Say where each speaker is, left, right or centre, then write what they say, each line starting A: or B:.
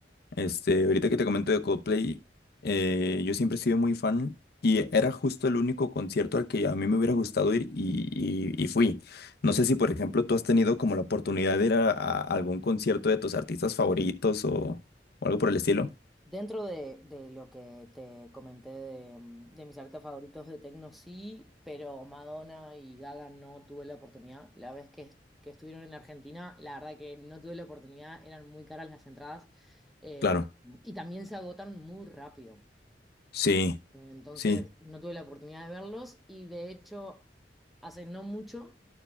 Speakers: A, on the left; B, in the centre.
A: este, ahorita que te comento de Coldplay, eh, yo siempre he sido muy fan y era justo el único concierto al que a mí me hubiera gustado ir y, y, y fui. No sé si, por ejemplo, tú has tenido como la oportunidad de ir a, a algún concierto de tus artistas favoritos o, o algo por el estilo.
B: Dentro de, de lo que te comenté de, mm, de mis artistas favoritos de techno, sí, pero Madonna y Gaga no tuve la oportunidad. La vez que, est- que estuvieron en Argentina, la verdad que no tuve la oportunidad, eran muy caras las entradas eh,
A: Claro.
B: y también se agotan muy rápido.
A: Sí,
B: Entonces,
A: Sí,
B: no tuve la oportunidad de verlos y de hecho, hace no mucho,